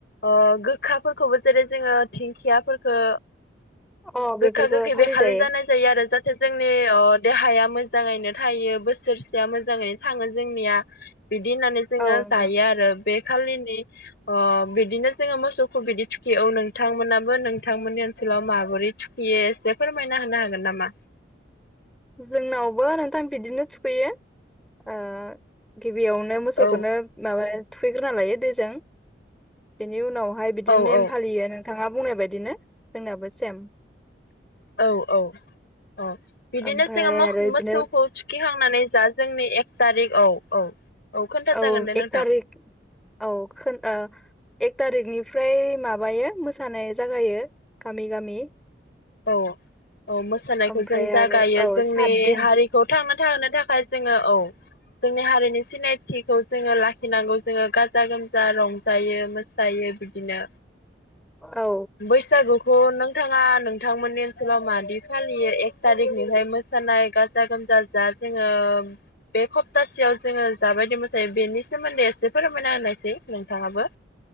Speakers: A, on the left; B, in the centre.
A: ओ गोखाफोरखौबो जेरै जोङो दिंखियाफोरखो
B: औ बेफोरखौ
A: गोखा गोखै
B: फालिजायो
A: बेखालि जानाय जायो आरो जाहाथे ओजोंनि ओ देहाया मोजाङैनो थायो बोसोरसेया मोजाङैनो थाङो जोंनिया। बिदि होननानै जोङो
B: औ नोंथां
A: जायो आरो बे खालिनि अ बिदिनो जोङो मोसौखौ बिदि थुखियो औ नोंथांमोनाबो नोंथांमोननि ओनसोलाव माबोरै थु खैयो एसे फोरमायना होनो हागोन नामा?
B: जोंनावबो नोंथां बिदिनो थुखैयो ओ गिबियावनो मोसौखौनो
A: औ
B: माबा थुखैग्रोना लायो दैजों बेनि उनावहाय बिदिनो
A: औ
B: नेम
A: औ
B: फालियो नोंथाङा बुंनाय बायदिनो जोंनाबो सेम।
A: औ औ अ बिदिनो
B: ओमफ्राय
A: जोङो मोख
B: आरो बिदिनो
A: मोसौखौ थुखै खांनानै जा जोंनि एक थारिख औ औ खोन्था
B: औ
A: जागोन दे
B: एक
A: नोंथां।
B: तारिख खौ औ एक थारिकनिफ्राय माबायो मोसानाय जागायो गामि गामि
A: औ औ मोसानायखौ
B: ओमफ्राय
A: जों जागायो
B: आरो औ
A: जोंनि
B: सात दिन
A: हारि खौ थांना थाहो थाखाय जोङो औ जोंनि हारिनि सिनायथिखौ जोङो लाखिनांगौ जोङो गाजा गोमजा रंजायो मो सायो बिदिनो
B: औ
A: बैसागुखौ नोंथाङा नोंथांमोननि ओनसोलाव मादि फालियो एक थारिखनिफ्राय मोसानाय गाजा गोमजा जा जोङो बे सप्तासेयाव जोङो जाबायदि मोसायो बेनि सोमोन्दै एसे फोरमायना होननायसै नोंथाङाबो।